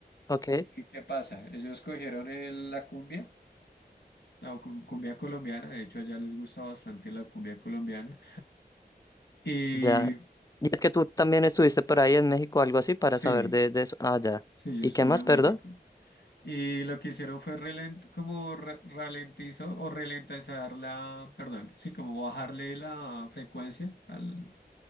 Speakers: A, on the left (about 20°); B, on the left (about 75°).
A: Ok,
B: ¿Y qué pasa? Ellos cogieron el- la cumbia, la cum- cumbia colombiana, de hecho allá les gusta bastante la cumbia colombiana. Y
A: ya. Y es que tú también estuviste por ahí en México, algo así, para
B: sí,
A: saber de, de eso. Ah, ya.
B: sí, yo
A: ¿Y
B: estuve
A: qué más,
B: en
A: perdón?
B: México. Y lo que hicieron fue ralen- como ra- ralentizó o ralentizar la, perdón, sí, como bajarle la frecuencia al